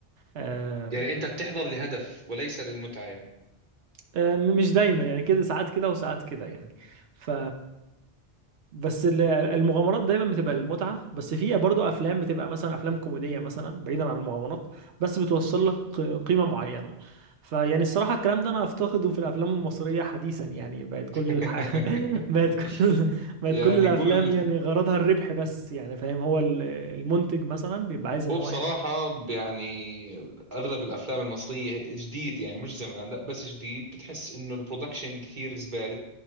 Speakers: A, on the right; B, on the right.
A: آه،
B: يعني انت بتحضر لهدف وليس للمتعة يعني
A: آه، مش دايما يعني كده ساعات كده وساعات كده يعني ف بس ال- المغامرات دايما بتبقى المتعة بس في برضه افلام بتبقى مثلا افلام كوميدية مثلا بعيدا عن المغامرات بس بتوصل لك قيمة معينة فيعني الصراحة الكلام ده انا افتقده في الافلام المصرية حديثا يعني بقت
B: <laughs>
A: كل الح... <laughs> بقت كل بقت
B: يعني
A: كل الافلام
B: قول
A: يعني غرضها الربح بس يعني فاهم هو ال- المنتج مثلا بيبقى عايز ان
B: هو
A: هو
B: بصراحة
A: يعني
B: يعني اغلب الافلام المصرية جديد يعني مش زمان لا بس جديد بتحس انه البرودكشن كثير زبالة